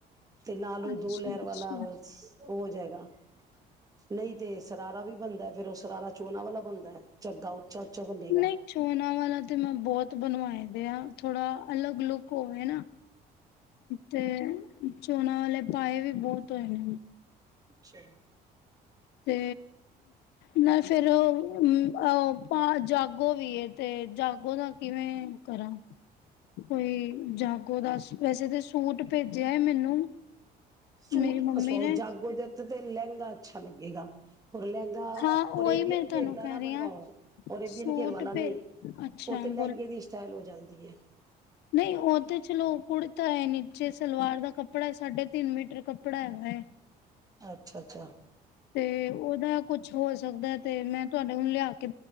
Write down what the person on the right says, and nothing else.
ਤੇ ਨਾਲ ਉਹ
ਦੋ ਲਹਿਰ
ਵਾਲਾ ਹੋ ਜਾਏਗਾ। ਨਹੀਂ ਤੇ ਸਰਾਰਾ ਵੀ ਬਣਦਾ ਫੇਿਰ ਉਸ ਸਰਾਰਾ ਚੋਨਾ ਵਾਲਾ ਬਣਦਾ ਹੈ ਝੱਗਾ ਉੱਚਾ ਉੱਚਾ ਬਣੇੇਗਾ।
ਸੇ
ਸੂਟ
ਸੌ
ਜਾਗੋ <unintelligible> ਲਹਿੰਗਾ ਅੱਛਾ ਲੱਗੇਗਾ ਹੋਰ ਲਹਿੰਗਾ
ਓਰੇਬੀਅਨ
ਘੇਰ ਦਾ
ਨਾ
ਬਣਵਾਓ
ਓਰੇਬੀਅਨ
ਘੇਰ ਵਾਲਾ
ਨਹੀਂ
ਉਹ ਤੇ ਲਹਿੰਗੇ
ਦੀ ਸਟਾਈਲ ਹੋ ਜਾਂਦੀ <unintelligible>
ਅੱਛਾ ਅੱਛਾ।